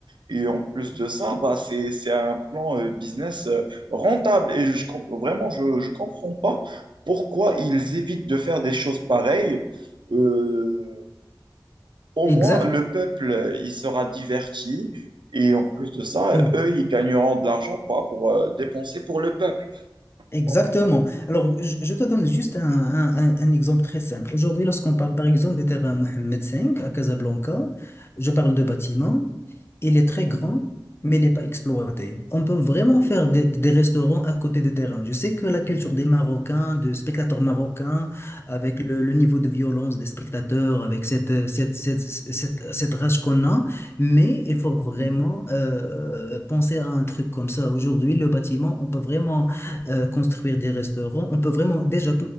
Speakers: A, on the right (about 85°); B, on the left (about 30°).
A: Et en plus de ça, bah, c'est, c'est un plan euh, business euh, rentable. Et je, com- vraiment, je ne comprends pas pourquoi ils évitent de faire des choses pareilles. Euh, au
B: exact.
A: moins, le peuple, euh, il sera diverti. Et en plus de ça,
B: hmm.
A: eux, ils gagneront de l'argent pas pour euh, dépenser pour le peuple.
B: Exactement.
A: T'en penses-
B: Alors, je je te donne juste un, un- un- un exemple très simple. Aujourd'hui, lorsqu'on parle par exemple de terrain Mohamed V à Casablanca, je parle de bâtiment. Il est très
A: Mhm,
B: grand, mais il n'est pas exploité. On peut vraiment faire des, des restaurants à côté de terrain. Je sais que la culture des Marocains, de spectateurs marocains, avec le, le niveau de violence des spectateurs, avec cette, euh, cette, cette, cette, cette rage qu'on a, mais il faut vraiment
A: mhm.
B: euh, penser à un truc comme ça. Aujourd'hui, le bâtiment, on peut vraiment euh, construire des restaurants. On peut vraiment déjà